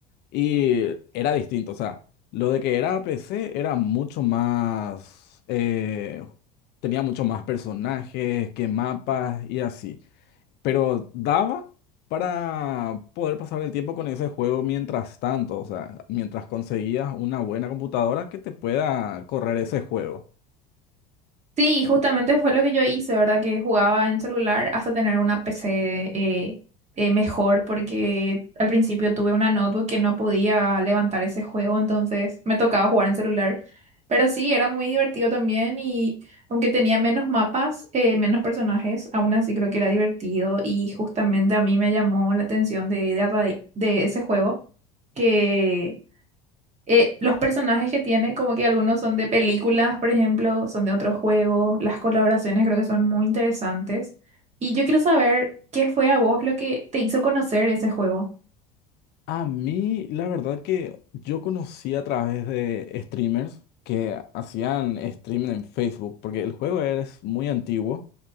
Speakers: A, on the left; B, on the right.
A: Y era distinto, o sea, lo de que era PC era mucho más, eh, tenía mucho más personajes que mapas y así. Pero daba para poder pasar el tiempo con ese juego mientras tanto, o sea, mientras conseguías una buena computadora que te pueda correr ese juego.
B: Sí, justamente fue lo que yo hice, ¿verdad? Que jugaba en celular hasta tener una PC eh, eh, mejor, porque al principio tuve una notebook que no podía levantar ese juego, entonces me tocaba jugar en celular. Pero sí, era muy divertido también y aunque tenía menos mapas, eh, menos personajes, aún así creo que era divertido y justamente a mí me llamó la atención de, de, de ese juego que eh, los personajes que tiene, como que algunos son de películas, por ejemplo, son de otros juegos, las colaboraciones creo que son muy interesantes. Y yo quiero saber qué fue a vos lo que te hizo conocer ese juego.
A: A mí, la verdad que yo conocí a través de streamers que hacían streaming en Facebook, porque el juego es muy antiguo